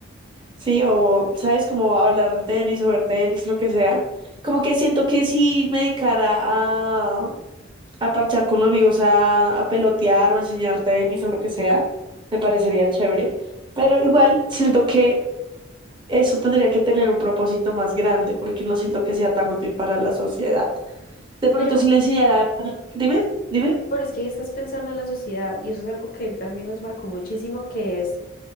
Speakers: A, on the right (about 25°); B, on the left (about 45°).
A: sí, o sabes, como hablar de tenis o ver tenis, lo que sea. Como que siento que si me dedicara a, a parchar con los amigos, a, a pelotear o enseñar tenis o lo que sea, me parecería chévere. Pero igual siento que eso tendría que tener un propósito más grande, porque no siento que sea tan útil para la sociedad. De pronto,
B: Pero,
A: si le enseñara, dime, dime.
B: pero es que estás pensando en la sociedad y eso es algo que él también nos marcó muchísimo, que es